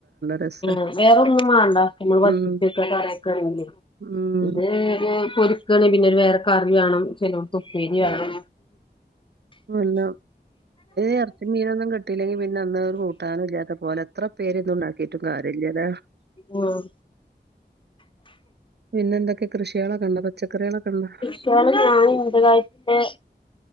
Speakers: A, on the right; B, on the left.
A: രസാ
B: ആ വേറൊന്നും വേണ്ട നമ്മൾ വറ്റിച്ച്
A: ഉം
B: വെച്ച കറയ്ക്കളിലെ
A: ഉം
B: ഇത് പിന്നെ പൊരി ണ പിന്നെ ഒരു വേറെക്കറി വേണം ചെലോടു തുപ്പേരി വേണം
A: ല്ല ഇറച്ചി മീനൊന്നും കിട്ടില്ലെങ്കി പിന്നെ അന്ന്. കൂട്ടാനും ഇല്ലാത്ത പോലെ എത്ര പേര്ന്നും ഉണ്ടാക്കിട്ടും കാര്യല്ല
B: ഉം
A: പിന്നെ എന്തൊക്കെ കൃഷികളൊ കെണ്ട പച്ചക്കറികളൊക്കെ ഉണ്ടോ
B: <unintelligible>